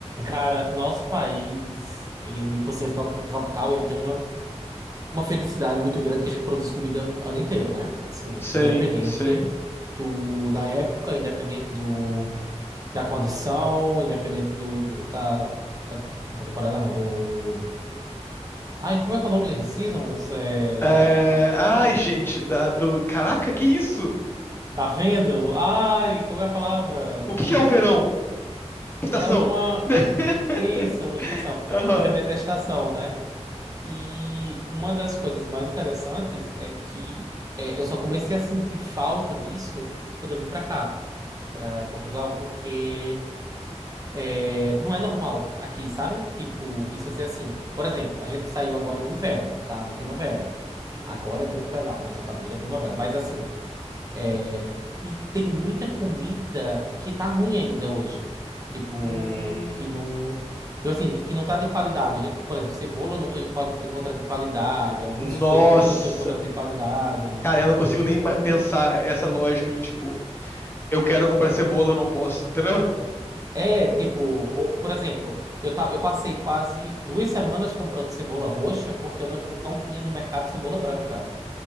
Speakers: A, on the right (about 30°); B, on the left (about 20°).
A: Cara, nosso país, ele por ser trop- tropical, ele tem uma, uma felicidade muito grande que a gente produz comida ano inteiro, né? Assim,
B: Sei,
A: independente
B: sei.
A: do, da época, independente do, da condição, independente do, do- da, da, da temporada, não, do... Ai, como é que é o nome das seasons? É,
B: É...
A: da...
B: Ai, gente, da- do... Caraca, que isso?
A: Tá vendo? Ai, como é a palavra?
B: O que que é o verão? Estação.
A: É uma...
B: <laughs>
A: Isso, é uma estação.
B: Aham.
A: Independente da estação, né? E uma das coisas mais interessantes é que é, eu só comecei a sentir falta disso quando eu vim pra cá, pra Portugal, porque é, não é normal aqui, sabe? Tipo, isso ser assim. Por exemplo, a gente saiu agora do inverno, tá? Na primavera.
B: Uhum.
A: Agora é meio pesado, né? Já tá no meio da primavera. Mas assim. É, e tem muita comida que tá ruim ainda hoje. Tipo,
B: Hum.
A: que não. Tipo assim, que não tá de qualidade. A gente, por exemplo, cebola eu não tô enqua- encontrando de qualidade. Algumas
B: Nossa.
A: verduras eu não tô encontrando de qualidade.
B: Cara, eu não consigo nem ma- pensar essa lógica de tipo, eu quero comprar cebola, eu não posso, entendeu?
A: É, tipo, o- por exemplo, eu, ta- eu passei quase duas semanas comprando cebola roxa porque eu não, encon- não tinha no mercado cebola branca,